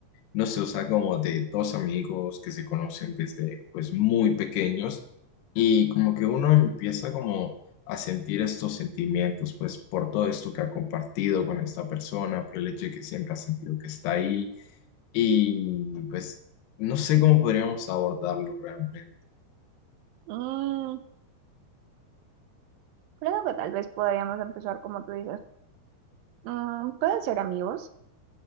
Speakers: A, on the left; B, on the right.
A: no sé, o sea, como de dos amigos que se conocen desde pues muy pequeños y como que uno empieza como a sentir estos sentimientos pues por todo esto que ha compartido con esta persona, por el hecho de que siempre ha sentido que está ahí y pues no sé cómo podríamos abordarlo realmente.
B: Mm, creo que tal vez podríamos empezar como tú dices Mm, pueden ser amigos,